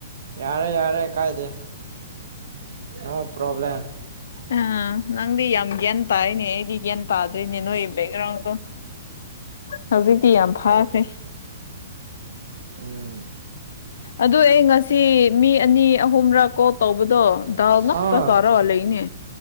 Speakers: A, on the right (about 70°); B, on the left (about 70°).
A: ꯌꯥꯔꯦ ꯌꯥꯔꯦ ꯀꯥꯏꯗꯦ ꯅꯣ ꯄ꯭ꯔꯣꯕ꯭ꯂꯦꯝꯂꯦꯝ
B: ꯑ ꯅꯪꯗꯤ ꯌꯥꯝ ꯒꯦꯟ ꯇꯥꯏꯅꯦ ꯑꯩꯗꯤ ꯒꯦꯟ ꯄꯥꯗ꯭ꯔꯔꯤ ꯕꯦꯛꯒ꯭ꯔꯥꯎꯟꯗꯣ ꯍꯧꯖꯤꯛꯇꯤ ꯌꯥꯝ ꯐꯥꯈ꯭ꯔꯦ
A: ꯎꯝ
B: ꯑꯗꯨ ꯑꯩ ꯉꯁꯤ ꯃꯤ ꯑꯅꯤ ꯑꯍꯨꯝꯔꯛ ꯀꯣ ꯇꯧꯕꯗꯣ ꯇꯥꯜ ꯉꯥꯛ
A: ꯑꯥ
B: ꯇ ꯆꯔꯒ ꯂꯩꯅꯦ